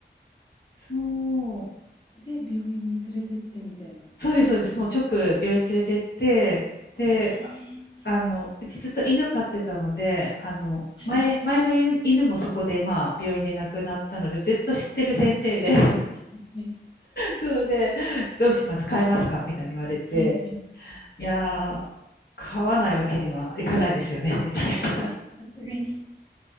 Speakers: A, on the left (about 60°); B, on the left (about 25°).
A: そう。
B: で、病院に連れてってみたいな。
A: そうです、そうです。もう直病院連れてって、で、
B: ねえ。
A: ああの、うちずっと犬飼ってたので、あの、
B: はい。
A: 前、前の犬、犬もそこで、まあ、病院で亡くなったので、ずっと知ってる先生で、<laughs>
B: はい。
A: そうで、どうします飼いますかみたいに言われて、
B: はいはい。
A: いやー、飼わないわけにはいかないですよね、みたいな。
B: ああ、やっぱり、さすがに。